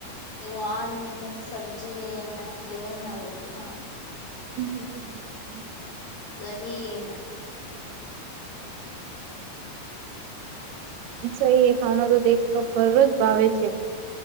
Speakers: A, on the left; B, on the right.
A: એ વાળની સબ્જી, એના ગવના, હોટલા.
B: હમ, હમ, હ.
A: દહીં ને.
B: સહી એ ખાના તો દેખલો ઘર જ ભાવે છે.